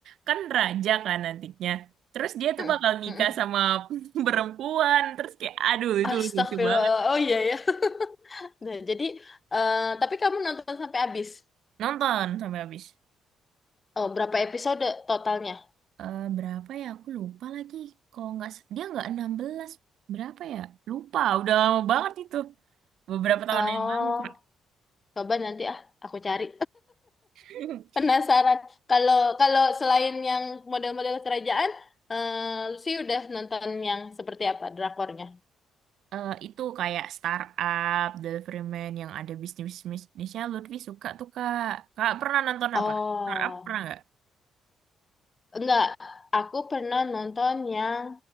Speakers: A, on the right (about 75°); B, on the left (about 30°).
A: kan raja kan nantinya. Terus dia tuh
B: Hmm,
A: bakal nikah
B: hmm.
A: sama <laughs> perempuan. Terus kayak aduh itu
B: Astagfirullah.
A: lucu banget.
B: Oh iya ya. <laughs> Nah, jadi, eh tapi kamu nonton sampai habis.
A: Nonton sampai habis.
B: Oh, berapa episode totalnya?
A: eh, berapa ya? Aku lupa lagi. Kalau nggak s- dia nggak 16 berapa ya? Lupa. Udah lama banget itu. Beberapa tahun
B: Oh,
A: yang lalu, Kak.
B: coba nanti ah, aku cari.
A: <laughs>
B: Penasaran. Kalau kalau selain yang model-model kerajaan, eh, Lucy udah nonton yang seperti apa drakornya?
A: Eh, itu kayak startup, deliveryman yang ada bisnis-bisnisnya Lutfi suka tuh Kak. Kak pernah nonton
B: Oh,
A: apa? Startup pernah nggak?
B: enggak. Aku pernah nonton yang